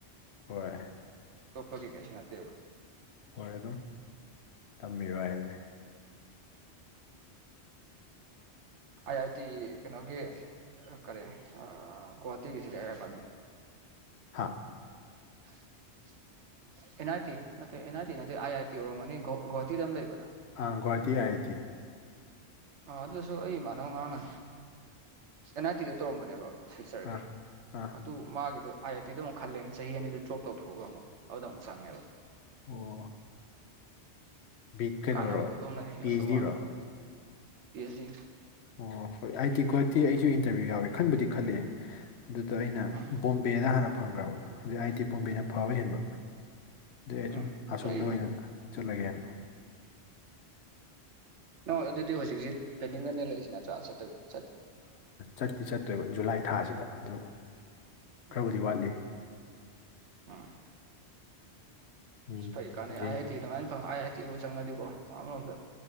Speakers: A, on the left; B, on the right.
A: ꯍꯣꯏ
B: ꯇꯣ ꯄꯒꯤ ꯀꯩꯁꯤ ꯅꯅꯥꯠꯇ
A: ꯍꯣꯏ ꯑꯗꯨꯝ ꯇꯝꯕꯤꯕꯨ ꯍꯥꯏꯁꯤꯅꯦ
B: ꯑꯥꯏ ꯑꯥꯏ ꯇꯤ ꯀꯩꯅꯣꯒꯤ ꯀꯔꯤ ꯒꯧꯍꯥꯇꯤꯒꯤ ꯁꯤꯗꯤ ꯍꯥꯏꯔꯕꯅꯤ
A: ꯍꯥꯥ
B: <inaudible> ꯑꯦꯟ ꯑꯥꯏ ꯇꯤ ꯅꯠꯇꯦ ꯑꯦꯟ ꯑꯥꯏ ꯇꯤꯠꯇꯦ ꯑꯥꯏ ꯑꯥꯏ ꯇꯤꯔꯝꯒꯅꯤ ꯒꯍꯇꯤ ꯑꯃ ꯂꯩꯕꯗꯣ
A: ꯑꯥꯒꯍꯇꯤ ꯑꯥꯏꯑꯥꯏꯇꯤ
B: ꯑꯣ ꯑꯗꯨꯁꯨ ꯑꯩ ꯏꯃꯥꯟꯅꯕ ꯑꯉꯥꯡꯅ ꯑꯦꯟ ꯑꯥꯔ ꯇꯤꯗ ꯇꯧꯔꯝꯕꯅꯦꯕꯣ ꯁꯤꯜ ꯆꯔꯒꯩ
A: ꯑꯥ ꯑꯥ
B: ꯑꯗꯨ ꯃꯥꯒꯤꯗꯣ ꯑꯥꯏ ꯑꯥꯏ ꯇꯤꯗꯣ ꯑꯃꯨꯛ ꯈꯜꯂꯦꯅ ꯆꯍꯤ ꯑꯅꯤꯗꯨ ꯗ꯭ꯔꯣꯞ ꯇꯧꯊꯣꯛꯒ ꯑꯃꯨꯛ ꯑꯗꯨꯗ ꯑꯃꯨꯛ ꯆꯪꯉꯦꯕ
A: ꯑꯣ ꯕꯤ ꯀꯩꯅꯣꯔꯣ
B: ꯀꯥꯟꯅꯕꯗꯣ ꯑꯗꯨꯣꯝ ꯂꯩ ꯐꯤꯗꯧ
A: ꯄꯤ ꯑꯩꯆ ꯗꯤꯔꯣ
B: ꯃꯥꯅ ꯄꯤ ꯑꯩꯆ ꯗꯤ
A: ꯑꯣ ꯍꯣꯏ ꯑꯩꯗꯤ ꯒꯨꯍꯥꯇꯤ ꯑꯩꯁꯨ ꯏꯟꯇꯔꯚꯤꯌꯨ ꯌꯥꯎꯋꯦ ꯈꯟꯕꯨꯗꯤ ꯈꯜꯂꯛꯑꯦ ꯑꯗꯨꯗ ꯑꯩꯅ
B: ꯎꯝ
A: ꯕꯣꯝꯕꯦꯗ ꯍꯥꯟꯅ ꯐꯪꯈ꯭ꯔꯕ ꯑꯗꯨꯩ ꯑꯥꯏ ꯇꯤ ꯕꯣꯝꯕꯦꯅ ꯐꯕ ꯍꯦꯟꯕ ꯑꯗꯨ ꯑꯩ ꯑꯗꯨꯝ
B: ꯎꯝ
A: ꯑꯁꯣꯝꯗ
B: ꯐꯩ
A: ꯑꯣꯏꯅ ꯆꯠꯂꯒꯦꯅ
B: ꯅ ꯑꯗꯨꯗꯤ ꯍꯧꯖꯤꯛꯁꯤ ꯄꯦꯟꯅꯤꯡꯡꯗꯅꯦ ꯂꯩꯔꯤꯁꯤ ꯅꯠꯇ꯭ꯔꯥ ꯆꯠꯇ
A: ꯆꯠꯇꯤ ꯆꯠꯇꯣꯏꯕ ꯖꯨꯂꯥꯏ ꯊꯥꯁꯤꯗ ꯑꯗꯨ ꯈꯔꯕꯨꯗꯤ
B: ꯑꯣ
A: ꯋꯥꯠꯂꯤ
B: ꯎꯝ
A: ꯎꯝ
B: ꯐꯩ ꯀꯥꯟꯅꯩ
A: ꯌꯦꯡ
B: ꯑ ꯑꯥꯏ ꯇꯤ ꯑꯗꯨꯃꯥꯏꯅ ꯐꯪ ꯇꯤꯕꯨ ꯆꯪꯉꯗꯤꯀꯣ ꯑꯃꯔꯣꯝꯗ